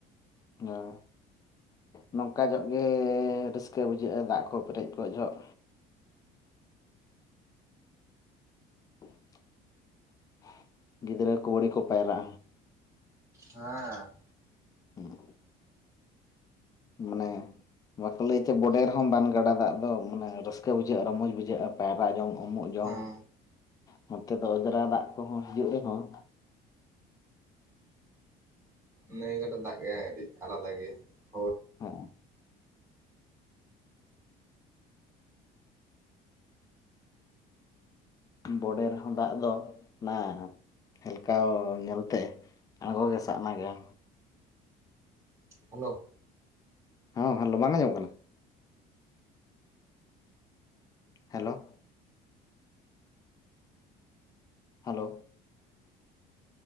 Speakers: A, on the left; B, on the right.
A: ᱦᱮᱸ ᱱᱚᱝᱠᱟ ᱧᱚᱜ ᱜᱮᱻ ᱨᱟᱹᱥᱠᱟᱹ ᱵᱩᱡᱷᱟᱹᱜ-ᱟ ᱫᱟᱜ ᱠᱚ ᱯᱮᱨᱮᱡ ᱠᱚᱜ ᱡᱚᱦᱚᱜ <unintelligible> ᱜᱤᱫᱽᱨᱟᱹ ᱠᱚ ᱵᱟ. ᱲᱤᱡ ᱠᱚ ᱯᱟᱭᱨᱟᱜ-ᱟ
B: ᱦᱮᱸᱻ
A: ᱦᱩᱸ ᱢᱟᱱᱮ ᱵᱟᱠᱚ ᱞᱟᱹᱭ ᱛᱮ ᱵᱚᱰᱮ ᱨᱮᱦᱚᱸ ᱵᱟᱱ ᱜᱟᱰᱟ ᱫᱟᱜ ᱫᱚ ᱢᱟᱱᱮ ᱨᱟᱹᱥᱠᱟᱹ ᱵᱩᱡᱷᱟᱹᱜ-ᱟ ᱨᱚᱢᱚᱡᱽ ᱵᱩᱡᱷᱟᱹᱜ-ᱟ ᱯᱟᱭᱨᱟ ᱡᱚᱝ ᱩᱢᱩᱜ ᱡᱚᱝᱼᱼ
B: ᱦᱮᱸ
A: ᱱᱚᱛᱮ ᱫᱚ ᱚᱡᱽᱨᱟ ᱫᱟᱜ ᱠᱚ ᱦᱚᱸ ᱦᱤᱡᱩᱜ ᱨᱮᱦᱚᱸ
B: ᱱᱟᱹᱭ ᱜᱟᱰᱟ ᱫᱟᱜ ᱜᱮ ᱟᱹᱰᱤᱡ ᱟᱞᱟᱫᱟ ᱜᱮᱭᱟ ᱦᱳᱭ
A: ᱦᱚᱜ-ᱚ ᱵᱚᱰᱮ ᱨᱮ ᱦᱚᱸ ᱫᱟᱜ ᱫᱚ ᱱᱟᱼᱼ ᱦᱮᱞᱠᱟᱣ ᱧᱮᱞ ᱛᱮ ᱟᱲᱜᱚ ᱜᱮ ᱥᱟᱜᱱᱟ ᱜᱮᱭᱟ
B: ᱦᱮᱞᱳ
A: ᱦᱚᱸ ᱦᱮᱞᱳ ᱵᱟᱝ ᱟᱸᱡᱚᱢᱚᱜ ᱠᱟᱱᱟ? Hello hello